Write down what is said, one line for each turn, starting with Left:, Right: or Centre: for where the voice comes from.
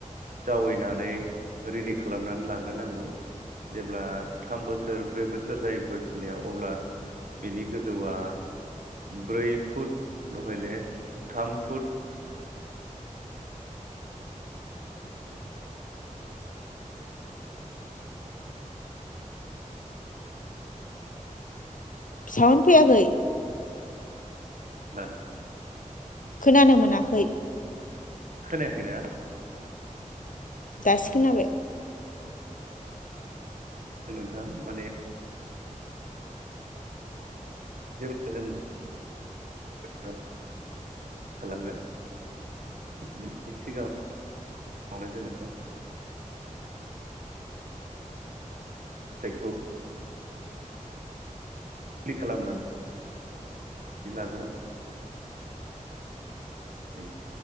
Right: जावैनानै रेडि खालामनानै लाग्रोनांगौ जेब्ला थाम बोसोर ब्रै बोसोर जायो गय फुलिया अब्ला बेनि गोजौआ ब्रै फुट नहले थाम फुट
Left: सावुन फैयाखै
Right: <unintelligible>
Left: खोनानो मोनाखै
Right: खोनायाखै ना
Left: दासो खोनाबाय
Right: नोंथां माने जेब्ला जों <unintelligible> जायखौ फुलि खालामनानै लागोन दै